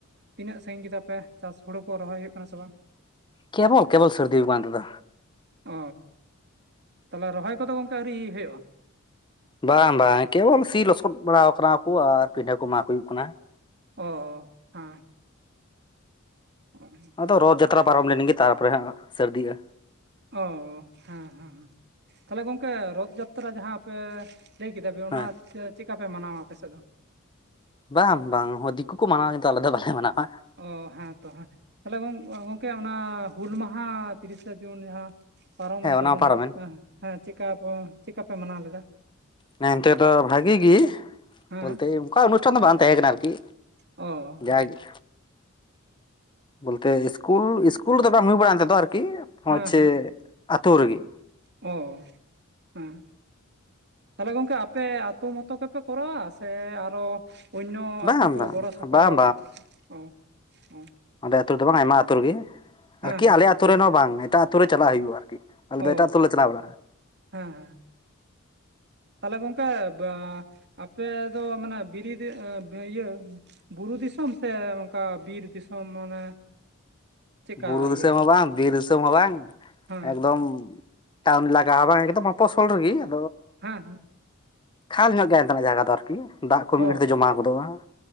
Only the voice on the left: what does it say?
ᱠᱮᱵᱚᱞ ᱠᱮᱵᱚᱞ ᱥᱟᱹᱨᱫᱤ ᱟᱠᱟᱱ ᱛᱮᱫᱚ
ᱵᱟᱝ ᱵᱟᱝ ᱠᱮᱵᱚᱞ ᱥᱤ ᱞᱚᱥᱚᱫ ᱵᱟᱲᱟ ᱠᱟᱱᱟ ᱠᱚ ᱟᱨ ᱯᱤᱰᱟᱹ ᱠᱚ ᱢᱟᱜ ᱦᱩᱭᱩᱜ ᱠᱟᱱᱟ᱾
ᱟᱫᱚ ᱨᱚᱛ ᱡᱟᱛᱨᱟ ᱯᱟᱨᱚᱢ ᱞᱮᱱᱜᱮ ᱛᱟᱨᱯᱚᱨᱮ ᱦᱟᱸᱜ ᱥᱟᱹᱨᱫᱤᱼᱟ᱾
ᱦᱮᱸ
ᱵᱟᱝ ᱵᱟᱝ ᱫᱤᱠᱩ ᱠᱚ ᱢᱟᱱᱟᱣᱮᱫᱟ᱾ ᱟᱞᱮ ᱫᱚ ᱵᱟᱞᱮ ᱢᱟᱱᱟᱣᱟ᱾
ᱦᱮᱸ
ᱚᱱᱟ ᱯᱟᱨᱚᱢᱮᱱ
ᱦᱮᱸ ᱚᱱᱛᱮ ᱫᱚ ᱵᱷᱟᱜᱤ ᱜᱮ
ᱵᱚᱞᱛᱮ ᱚᱱᱠᱟ ᱚᱱᱩᱥᱴᱷᱟᱱ ᱫᱚ ᱵᱟᱝ ᱛᱟᱦᱮᱸ ᱠᱟᱱᱟ ᱟᱨᱠᱤ᱾
ᱡᱟᱜᱮ ᱵᱚᱞᱛᱮ ᱤᱥᱠᱩᱞ ᱤᱥᱠᱩᱞ ᱨᱮᱫᱚ ᱵᱟᱢ ᱦᱩᱭ ᱵᱟᱲᱟᱭᱮᱱ ᱮᱱᱛᱮᱫ ᱟᱨᱠᱤ? ᱦᱚᱸᱪᱷᱮ
ᱟᱛᱳ ᱨᱮᱜᱤ,
ᱵᱟᱝ
ᱵᱟᱝ
ᱵᱟᱝ
ᱟᱞᱮ ᱟᱹᱛᱩ ᱨᱮᱫᱚ ᱵᱟᱝ ᱟᱭᱢᱟ ᱟᱹᱛᱩ ᱨᱮᱜᱮ,
ᱟᱨᱠᱤ
ᱟᱞᱮ ᱟᱹᱛᱩ ᱨᱮᱱ ᱦᱚᱸ ᱵᱟᱝ, ᱮᱴᱟᱜ ᱟᱹᱛᱩ ᱨᱮ ᱪᱟᱞᱟᱜ ᱦᱩᱭᱩᱜᱼᱟ᱾ ᱟᱨᱠᱤ ᱟᱞᱮ
ᱫᱚ ᱮᱴᱟᱜ ᱟᱹᱛᱩ ᱞᱮ ᱪᱟᱞᱟ ᱵᱟᱲᱟ-ᱟ᱾
ᱵᱩᱨᱩ ᱫᱤᱥᱚᱢ
ᱦᱚ ᱵᱟᱝ, ᱵᱤᱨ ᱫᱤᱥᱚᱢ ᱦᱚ ᱵᱟᱝ,
ᱮᱠᱫᱚᱢ ᱛᱟᱢ ᱞᱟᱜᱟ ᱦᱚ ᱵᱟᱝ ᱮᱠᱫᱚᱢ ᱚᱯᱚᱥᱚᱞ ᱨᱮᱜᱤ ᱾
ᱠᱷᱟᱞ ᱧᱚᱜ ᱜᱮᱭᱟ ᱚᱱᱛᱮᱱᱟᱜ ᱡᱟᱭᱜᱟ ᱫᱚ ᱟᱨᱠᱤ ᱫᱟᱜ ᱠᱚ ᱢᱤᱫ
ᱜᱷᱟᱹᱲᱤᱡ ᱛᱮ ᱡᱚᱢᱟᱣ ᱜᱚᱫᱚᱜᱼᱟ ᱾